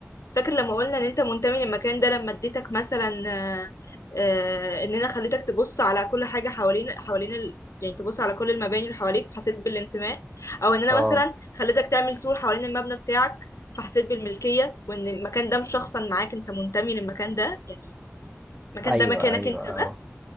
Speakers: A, on the left; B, on the right.
A: فاكر لما قلنا ان انت منتمي للمكان ده لما اديتك مثلا آه، آه، ان انا خليتك تبص على كل حاجه حوالين حوالين ال... يعني تبص على كل المباني اللي حواليك فحسيت بالانتماء او ان انا
B: اه
A: مثلا خليتك تعمل سور حوالين المبنى بتاعك فحسيت بالملكيه وان المكان ده مشخصا معاك انت منتمي للمكان ده يعني المكان
B: ايوه
A: ده مكانك
B: ايوه
A: انت بس
B: اه